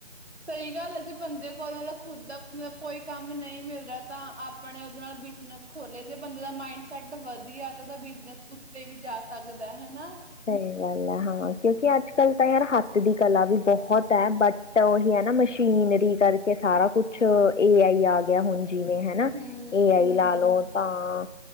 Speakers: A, on the right; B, on the left.
A: ਸਹੀ ਗੱਲ ਹੈ ਜੇ ਬੰਦੇ ਕੋਲ ਦਾ ਖੁਦ ਦਾ ਕੋਈ ਕੰਮ ਨਹੀਂ ਮਿਲ ਰਿਹਾ ਤਾਂ ਆਪਣੇ ਉਹਦੇ ਨਾਲ ਬਿਜਨਸ ਖੋਲੇ ਜੇ ਬੰਦੇ ਦਾ ਮਾਇੰਡਸੈਟ ਵਧੀਆ ਤਾਂ ਉਹਦਾ ਬਿਜਨਸ ਉੱਤੇ ਵੀ ਜਾ ਸਕਦਾ ਲੱਗਦਾ ਹਨਾ
B: ਸਹੀ ਗੱਲ ਹੈ ਹਾਂ ਕਿਉਂਕਿ ਅੱਜ ਕੱਲ੍ਹ ਤਾਂ ਯਾਰ ਹੱਥ ਦੀ ਕਲਾ ਵੀ ਬਹੁਤ ਹੈ ਬਟ ਉਹੀ ਹੈ ਨਾ ਮਸ਼ੀਨਰੀ ਕਰਕੇ ਸਾਰਾ ਕੁਛ ਏ ਆਈ ਆ ਗਿਆ ਹੁਣ ਜਿਵੇਂ ਹਨਾ
A: ਹੂੰ-ਹੂੰ,
B: ਏ ਆਈ ਲਾ ਲਓ ਤਾਂ